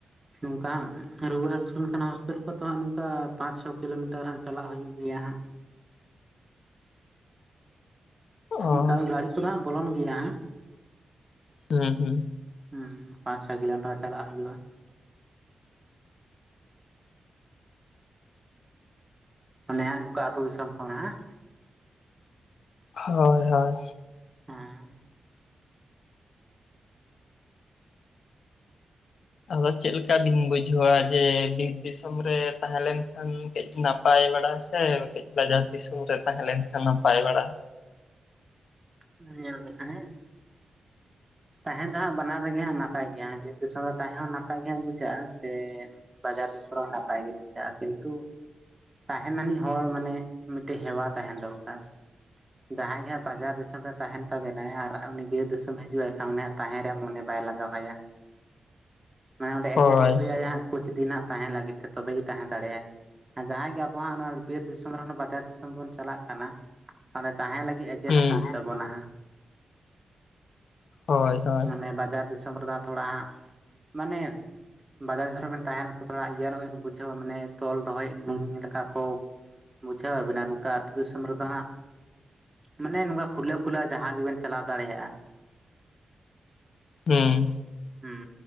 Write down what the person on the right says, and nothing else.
ᱱᱚᱝᱠᱟ ᱦᱟᱸᱜ ᱨᱩᱣᱟᱹ ᱦᱟᱹᱥᱩ ᱞᱮᱱᱠᱷᱟᱱ ᱦᱚᱥᱯᱤᱴᱟᱞ ᱠᱚᱛᱚ ᱦᱟᱸᱜ ᱱᱚᱝᱠᱟ ᱯᱟᱸᱪ ᱪᱷᱚ ᱠᱤᱞᱳᱢᱤᱴᱟᱨ ᱦᱟᱸᱜ ᱪᱟᱞᱟᱜ ᱦᱩᱭᱩᱜ ᱜᱮᱭᱟ ᱦᱟᱸᱜ
ᱱᱠᱟ ᱫᱚ ᱜᱟᱹᱰᱤ ᱠᱚᱫᱚ ᱦᱟᱸᱜ ᱵᱚᱞᱚᱱ ᱜᱮᱭᱟ ᱦᱟᱸᱜ᱾
ᱦᱩᱸ ᱯᱟᱸᱪ ᱪᱷᱚ <unintelligible> ᱪᱟᱞᱟᱜ ᱦᱩᱭᱩᱜᱼᱟ ᱚᱱᱮ ᱦᱚᱱᱸ ᱱᱚᱝᱠᱟ ᱟᱛᱩ ᱫᱤᱥᱚᱢ ᱠᱷᱚᱱ ᱦᱟᱸᱜ᱾
ᱦᱮᱸ
<unintelligible> ᱛᱟᱦᱮᱸ ᱫᱚ ᱦᱟᱸᱜ ᱵᱟᱱᱟᱨᱜᱮ ᱦᱟᱸᱜ ᱱᱟᱯᱟᱭ ᱜᱮᱭᱟ᱾ ᱵᱤᱨ ᱫᱤᱥᱚᱢ ᱨᱮ ᱛᱟᱦᱮᱸ ᱦᱚᱸ ᱱᱟᱯᱟᱭ ᱜᱮ ᱦᱟᱸᱜ ᱵᱩᱡᱷᱟᱹᱜᱼᱟ ᱥᱮ ᱵᱟᱡᱟᱨ ᱫᱤᱥᱚᱢ ᱨᱮᱦᱚᱸ ᱱᱟᱯᱟᱭ ᱜᱮ ᱵᱩᱡᱷᱟᱹᱜᱼᱟ ᱠᱤᱱᱛᱩ ᱛᱟᱦᱮᱱ ᱟᱹᱱᱤᱡ ᱦᱚᱲ ᱢᱟᱱᱮ ᱢᱤᱫᱴᱮᱡ ᱦᱮᱣᱟ ᱛᱟᱦᱮᱱ ᱫᱚᱨᱠᱟᱨ ᱡᱟᱦᱟᱸᱭ ᱡᱟ ᱵᱟᱡᱟᱨ ᱫᱤᱥᱚᱢ ᱨᱮ ᱛᱟᱦᱮᱱ ᱛᱟᱵᱮᱱᱟᱭ ᱟᱨ ᱩᱱᱤ ᱵᱤᱨ ᱫᱤᱥᱚᱢ ᱦᱤᱡᱩᱜ ᱟᱭ᱾ ᱠᱷᱟᱱ ᱩᱱᱤᱭ ᱛᱟᱦᱮᱱ ᱨᱮᱭᱟᱜ ᱢᱚᱱᱮ ᱵᱟᱭ ᱞᱟᱜᱟᱣᱟ ᱢᱟᱱᱮ ᱚᱸᱰᱮ
ᱮᱰᱡᱟᱥᱴ ᱦᱩᱭ ᱟᱭᱟ ᱠᱩᱪ ᱫᱤᱱ ᱛᱟᱦᱮᱸ ᱞᱟᱹᱜᱤᱫ᱾ ᱛᱚᱵᱮ ᱜᱮ ᱛᱟᱦᱮᱸ ᱫᱟᱲᱮᱭᱟᱜᱼᱟ᱾ ᱡᱟᱦᱟᱸᱭ ᱜᱮ ᱟᱵᱚᱣᱟᱜ ᱱᱚᱣᱟ ᱵᱤᱨ ᱫᱤᱥᱚᱢ ᱨᱮᱦᱚᱸ ᱵᱟᱡᱟᱨ ᱫᱤᱥᱚᱢ ᱵᱚᱱ ᱪᱟᱞᱟᱜ ᱠᱟᱱᱟ ᱚᱸᱰᱮ ᱛᱟᱦᱮᱸ ᱞᱟᱹᱜᱤᱫ᱾ ᱮᱰᱡᱟᱥᱴ
ᱦᱩᱭᱩᱜ ᱛᱟᱵᱚᱱᱟ ᱦᱟᱸᱜ᱾
ᱢᱟᱱᱮ ᱵᱟᱡᱟᱨ ᱫᱤᱥᱚᱢ ᱨᱮᱫᱚ ᱛᱷᱚᱲᱟ ᱦᱟᱸᱜ ᱢᱟᱱᱮ ᱵᱟᱡᱟᱨ ᱫᱤᱥᱚᱢ ᱨᱮᱵᱮᱱ ᱛᱟᱦᱮ᱾ ᱛᱷᱚᱲᱟ ᱟᱱᱚᱜ ᱵᱮ ᱵᱩᱡᱷᱟᱹᱣᱟ ᱢᱟᱱᱮ ᱛᱚᱞ ᱫᱚᱦᱚᱭ ᱞᱮᱠᱟ ᱠᱚ ᱵᱩᱡᱷᱟᱹᱣᱟ ᱵᱤᱱ᱾ ᱱᱚᱝᱠᱟ ᱟᱹᱛᱳ ᱫᱤᱥᱚᱢ ᱨᱮᱫᱚ ᱦᱟᱸᱜ ᱢᱟᱱᱮ ᱱᱚᱝᱠᱟ ᱠᱷᱩᱞᱟᱹᱣ ᱠᱷᱩᱞᱟᱹᱣ ᱡᱟᱦᱟᱸ ᱜᱮᱵᱮᱱ ᱪᱟᱞᱟᱣ ᱫᱟᱲᱮᱭᱟᱜᱼᱟ᱾
ᱦᱮᱸ